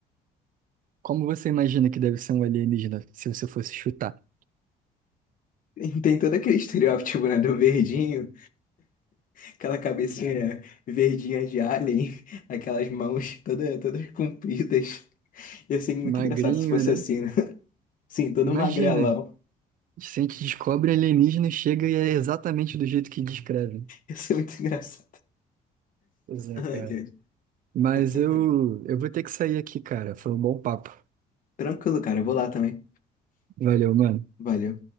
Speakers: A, on the right; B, on the left.
A: Como você imagina que deve ser um alienígena, se você fosse chutar?
B: E Tem todo aquele <laughs> estereótipo, né, do verdinho, aquela cabecinha verdinha de alien, <laughs> aquelas mãos toda, todas compridas. Ia ser muito
A: Magrinho,
B: engraçado se fosse
A: né?
B: assim, né? <laughs> Sim, todo
A: Imagina.
B: magrelão.
A: Se a gente descobre alienígena, chega e é exatamente do jeito que descrevem.
B: Ia ser muito <laughs> engraçado.
A: Pois é,
B: Ai,
A: cara.
B: ai.
A: Mas
B: <laughs>
A: eu, eu vou ter que sair aqui, cara. Foi um bom papo.
B: Tranquilo, cara, eu vou lá também.
A: Valeu, mano.
B: Valeu.